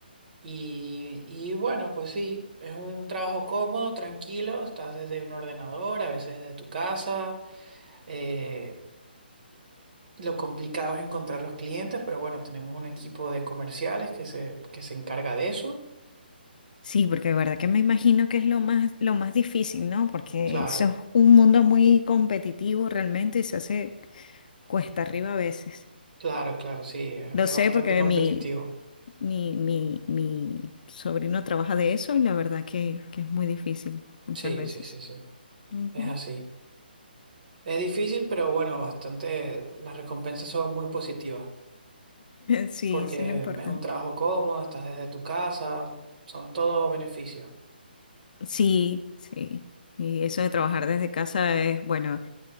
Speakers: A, on the right; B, on the left.
A: Y, y bueno, pues sí, es un trabajo cómodo, tranquilo, estás desde un ordenador, a veces desde tu casa. Eh, lo complicado es encontrar los clientes, pero bueno, tenemos un equipo de comerciales que se, que se encarga de eso.
B: Sí, porque de verdad que me imagino que es lo más, lo más difícil, ¿no? Porque
A: Claro,
B: eso es un mundo muy competitivo realmente y se hace cuesta arriba a veces.
A: claro, claro, sí, es,
B: Lo
A: es
B: sé
A: bastante
B: porque
A: competitivo.
B: mi, mi, mi, mi sobrino trabaja de eso y la verdad que, que es muy difícil muchas
A: Sí,
B: veces.
A: sí, sí, sí,
B: Ujú.
A: es así.
B: <laughs>
A: Es difícil, pero bueno, bastante, las recompensas son muy positivas,
B: Sí,
A: porque
B: sí es lo importante.
A: es un trabajo cómodo, estás desde tu casa, son todos beneficios.
B: Sí, sí. Y eso de trabajar desde casa es, bueno,